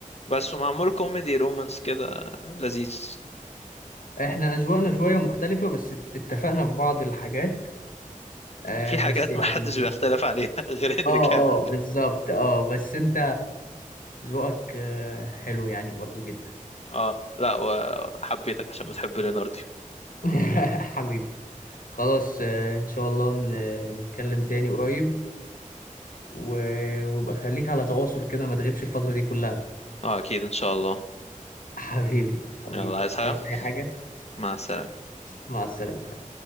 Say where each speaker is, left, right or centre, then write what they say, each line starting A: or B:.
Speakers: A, on the left (about 50°); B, on the left (about 80°).
A: بس معمول كوميدي رومانس كده لذيذ
B: احنا اذواقنا شوية مختلفة بس ات- اتفقنا في بعض الحاجات آه
A: في حاجات
B: بس يعني
A: ما حدش بيختلف عليها <laughs> غير هنري
B: اه
A: كافيل
B: اه بالظبط اه بس انت ذوقك آه حلو يعني برضو جدا
A: اه لا وحبيتك عشان بتحب ليوناردو
B: <laughs> حبيبي خلاص آه ان شاء الله ن- نتكلم تاني قريب و- وابقى خليك على تواصل كده ما تغيبش الفترة دي كلها
A: اه اكيد ان شاء الله
B: حبيبي حبيبي
A: يلا عايز
B: مش
A: حاجة
B: عاوز أي حاجة
A: مع السلامة
B: تسلم مع السلامة